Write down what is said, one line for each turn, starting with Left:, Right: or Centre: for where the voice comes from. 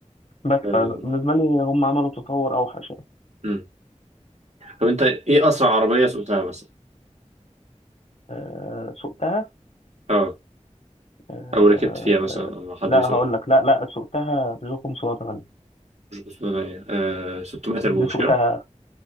Left: بس
Right: آه،
Left: فبالنسبه لي هم عملوا تطور اوحش يعني
Right: امم طب انت ايه اسرع عربيه سوقتها مثلا
Left: آه، سوقتها
Right: اه
Left: آه،
Right: او ركبت فيها مثلا
Left: آه،
Right: او حد
Left: لا
Right: بيسوقها
Left: هقول لك لا لا سوقتها بيجو 508
Right: مش 508 آه 600 تربو
Left: دي
Right: مش
Left: سوقتها
Right: كده؟